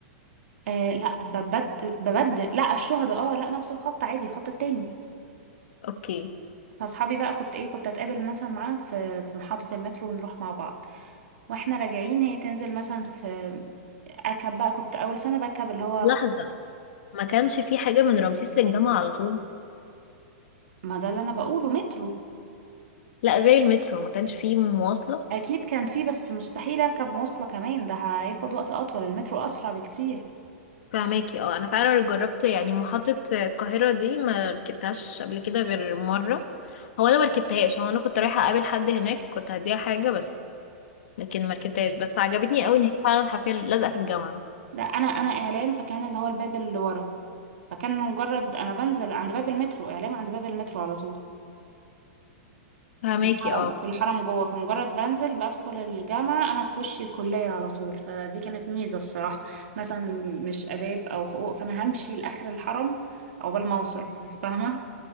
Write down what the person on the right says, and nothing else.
آه لا ببدل ببدل لا الشهداء اه لا نفس الخط عادي الخط التاني
فاصحابي بقى كنت ايه كنت اتقابل مثلا معاها في في محطة المترو ونروح مع بعض واحنا راجعين هي تنزل مثلا في اركب بقى كنت اول سنة بركب اللي هو
خط
ما ده اللي انا بقوله مترو
اكيد كان فيه بس مستحيل اركب مواصلة كمان ده هياخد وقت اطول المترو اسرع بكتير
لا انا انا اعلام فكان اللي هو الباب اللي ورا فكان مجرد انا بنزل عند باب المترو اعلام عند باب المترو على طول
في الحرم
في الحرم جوه فمجرد بنزل بدخل الجامعة أنا في وشي الكلية على طول فدي كانت ميزة الصراحة مثلا مش آداب أو حقوق فأنا همشي لآخر الحرم عقبال ما أوصل <laughs> فاهمة